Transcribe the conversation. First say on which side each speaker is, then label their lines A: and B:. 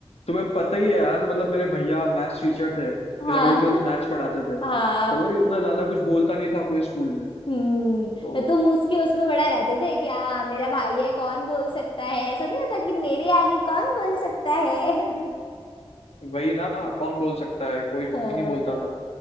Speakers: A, on the left; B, on the left.
A: तुम्हें पता ही है यार मतलब मेरे भैया मैथ्स टीचर थे
B: हाँ
A: 11 ट्वेल्थ
B: <laughs>
A: मैथ्स पढ़ाते थे
B: हाँ
A: तो वही उतना ज्यादा कुछ बोलता नहीं था कोई स्कूल में
B: हम्म
A: तो
B: तो तुम उसके उसमें बड़ा रहते थे कि हाँ मेरा भाई है कौन बोल सकता है ऐसा नहीं होता कि मेरे आगे कौन बोल सकता है <laughs>
A: वही ना कौन बोल सकता है कोई नहीं
B: हाँ
A: बोलता था